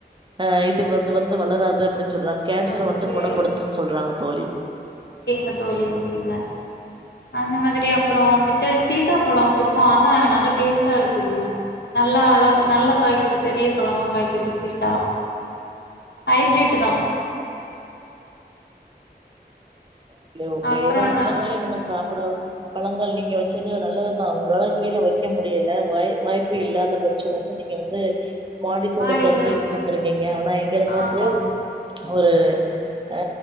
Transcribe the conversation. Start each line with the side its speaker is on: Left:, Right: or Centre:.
Right: ஆ இது வந்து வந்து வளராது அப்டின் சொல்றாங்க கேன்சர்
Left: ஓகே
Right: வந்து கொணப்படுத்துன்னு சொல்றாங்க தோழி
Left: கேக்குதா தோழி ஓகேங்ளா அந்த மாதிரி அப்புற வந்துட்டு சீதாப்பழ வச்சிருக்கோ அது நல்லா டேஸ்ட்டா இருக்குதுங்க நல்லா அழ நல்லா காய்க்குது பெரிய பழமா காய்க்குது சீட்டா ஹைப்ரிட்டுதா
Right: ஓகே ஓகே
Left: அப்றோ
Right: ஏன்னா அந்த
Left: நா
Right: மாரி நம்ம சாப்பிடா பழங்கள் நீங்க வச்சிருக்க நல்லதுதா உங்களால கீழ வைக்க முடியல வாய் வாய்ப்பு இல்ல அத பத் சோ வந்து நீங்க வந்து மாடி தோட்டத்த
Left: மாடியில
Right: வந்து
Left: வச்சிருக்கோ
Right: இது பண்ட்ருக்கீங்க ஆனா எங்களுக்கு
Left: ஆமா
Right: வந்து ஒரு அ